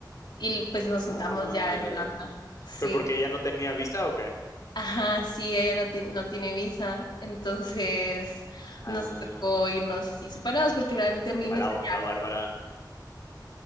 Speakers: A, on the left; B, on the left.
A: Y pues nos
B: Ah,
A: juntamos ya en Oh,
B: ya.
A: Holanda. Sí.
B: ¿Pero porque ella no tenía visa o qué?
A: Ajá, sí, ella no, ti- no tiene visa, entonces
B: Ah,
A: nos tocó irnos así separados porque realmente a mí
B: qué mala
A: me, sa-
B: onda, Bárbara,